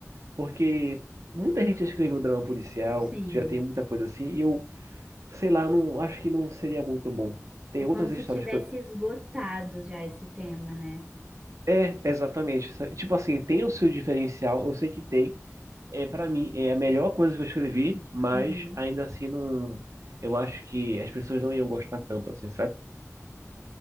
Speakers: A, on the right; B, on the right.
A: Porque muita gente já escreveu drama policial,
B: Sim.
A: já tem muita coisa assim, e eu, sei lá, não acho que não seria muito bom. Tem
B: É como
A: outras
B: se
A: histórias
B: tivesse
A: que eu...
B: esgotado já esse tema, né?
A: É, exatamente. sabe? Tipo assim, tem o seu diferencial, eu sei que tem, É, para mim, é a melhor coisa que eu escrevi, mas
B: Uhum.
A: ainda assim não. Eu acho que as pessoas não iam gostar tanto assim, sabe?